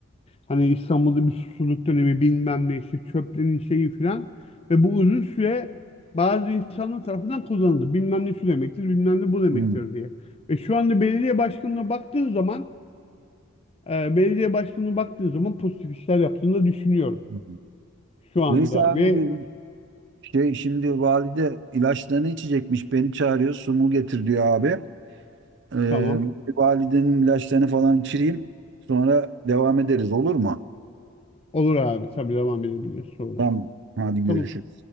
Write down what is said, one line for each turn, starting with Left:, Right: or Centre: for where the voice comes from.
Left: Hani İstanbul'da bir susuzluk dönemi bilmem ne işte çöplerin şeyi filan. Ve bu uzun süre bazı insanlar tarafından kullanıldı. Bilmem ne şu demektir, bilmem ne bu demektir
Right: Hmm.
Left: diye. Ve şu anda belediye başkanına baktığın zaman e, belediye başkanına baktığın zaman pozitif işler yaptığını da düşünüyorum
Right: Hmm.
Left: şu anda.
Right: Neyse abi
Left: Ve
Right: bir şey şimdi valide ilaçlarını içecekmiş. Beni çağırıyor. Su mu getir diyor abi. Ee,
Left: tamam
Right: validenin ilaçlarını falan içireyim. Sonra devam ederiz olur mu?
Left: olur abi tabii devam edebiliriz sonra.
Right: Tamam. Hadi görüşürüz.
Left: Tamam.